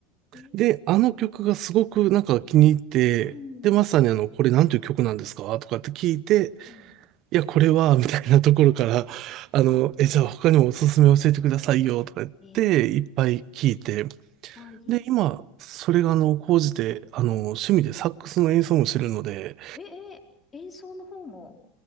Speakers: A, on the left; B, on the right.
A: えー、
B: で、あの曲がすごくなんか気に入って、
A: うん、
B: で、まさにあの、これなんていう曲なんですかとかって聞いて、
A: うん。
B: いや、これは、みたいなところから、あの、え、じゃあ他にもおすすめ教えてくださいよ、とか言って、
A: えー、
B: いっぱい聞いて、
A: あ、いいです
B: で、今、それがあの、高じて、あの、趣味でサックスの演奏もしてるので、
A: ね。え、えー、演奏の方も